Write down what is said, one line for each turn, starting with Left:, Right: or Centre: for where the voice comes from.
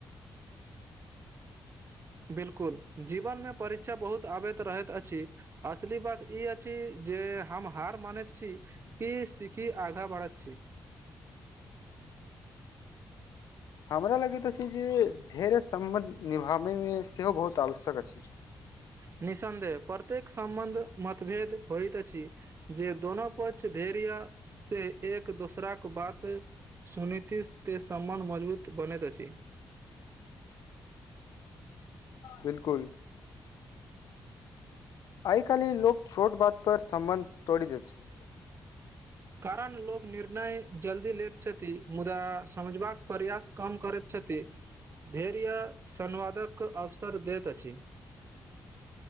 Right: बिल्कुल जीवन मे परीक्षा बहुत आबैत रहैत अछि असली बात ई अछि जे हम हार मानैत छि के सिखी आघा बढ़त छी
Left: हमरा लगैत अछि जे धैर्य सम्बन्ध निभाबैमे सेहो बहुत आवश्यक अछि
Right: निसन्देह प्रत्येक संबन्ध मतभेद होइत अछि जे दोनो पक्ष धैर्य से एक दूसरा के बात सुनितिश से सम्मान मजबूत बनैत अछि
Left: बिल्कुल आइ काल लोक छोट बात पर संबन्ध तोड़ दय छै
Right: कारण लोक निर्णय जल्दी लैत छथि मुदा समझबाक प्रयास कम करैत छथि धैर्य संवादक अवसर दैत अछि